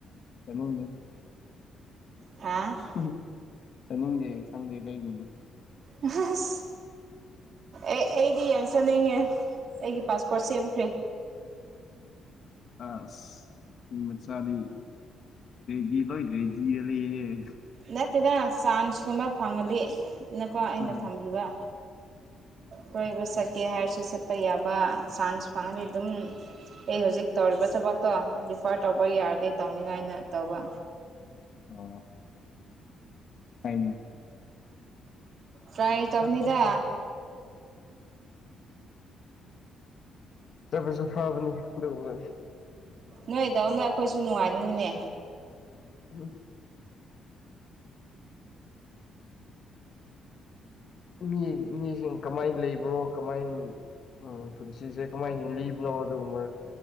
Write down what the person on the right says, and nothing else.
ꯍꯥꯥ
ꯑꯁ ꯑꯦ ꯑꯩꯗꯤ ꯌꯥꯝ ꯆꯠꯅꯤꯡꯉꯦ ꯑꯩꯒꯤ ꯄꯥꯁꯄꯣꯔꯠ ꯁꯦꯝꯈ꯭ꯔꯦ
ꯅꯠꯇꯦꯗ ꯆꯥꯟꯁꯀꯨꯝꯕ ꯐꯪꯉꯗꯤ ꯅꯀꯣ ꯑꯩꯅ
ꯊꯝꯕꯤꯕ ꯀꯣꯏꯕ ꯆꯠꯀꯦ ꯍꯥꯏꯔꯁꯨ ꯆꯠ ꯆꯠꯄ ꯌꯥꯕ ꯆꯥꯟꯁ ꯐꯪꯉꯅꯤ ꯑꯗꯨꯝ ꯑꯩ ꯍꯧꯖꯤꯛ ꯇꯧꯔꯤꯕ ꯊꯕꯛꯇꯣ ꯑꯣꯐꯔ ꯇꯧꯕ ꯌꯥꯔꯗꯦ ꯇꯧꯅꯤꯉꯥꯏꯅ ꯇꯧꯕ
ꯄ꯭ꯔꯥꯏ ꯇꯧꯕꯅꯤꯗ
ꯅꯣꯏ ꯏꯗꯎꯅ ꯑꯩꯈꯣꯏꯁꯨ ꯅꯨꯡꯉꯥꯏꯅꯤꯡꯉꯤꯅꯦ